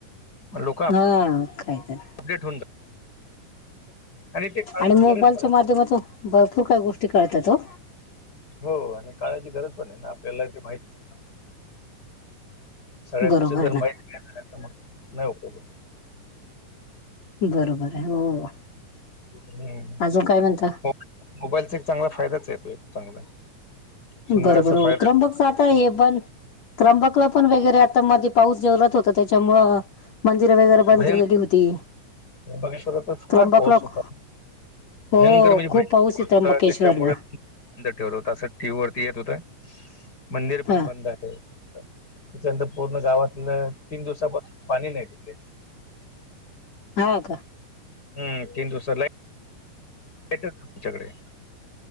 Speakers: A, on the left; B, on the left.
A: लोक
B: हा. कायतर,
A: <unintelligible> ते काळाची
B: आणि मोबाईलच्या
A: गरज पण आहे
B: माध्यमातून भरपूर काही गोष्टी कळतात हो.
A: हो आणि काळाची गरज पण आहे ना, आपल्याला ती माहित सगळ्या
B: बरोबर
A: गोष्टी तर माहित
B: ना
A: नाही झाल्या तर नाही उपयोग होत.
B: बरोबर हाय. हो
A: हम्म,
B: अजून काय म्हणता
A: मोबाईलचा एक चांगला फायदाच आहेे तो एक चांगला. सुंदर
B: बरोबर,
A: असा
B: हो
A: फायदा
B: त्रंबक. जातोय पण, त्र्यंबकला पण वगैरे आता मधे पाऊस जोरात होता. त्यांच्यामुळ मंदिरं वगैरे बंद
A: भयंकर
B: केलेली होती.
A: त्र्यंबकेश्वरात तर फार
B: त्र्यंबकलॉक
A: पाऊस होता भयंकर
B: हो,
A: म्हणजे
B: खूप
A: भयंकर
B: पाऊस ये त्रंबकेश्वरला.
A: होता त्याच्यामुळे बंद ठेवलं होत. असं टी. वी वरती येत होतं. मंदिर पण
B: हा
A: बंद आहे. त्याच्यानंतर पूर्ण गावातलं तीन दिवसापासून पाणी नाई तिकडे.
B: हा, का?
A: हम्म, तीन दिवसाला <unintelligible> तुमच्याकडे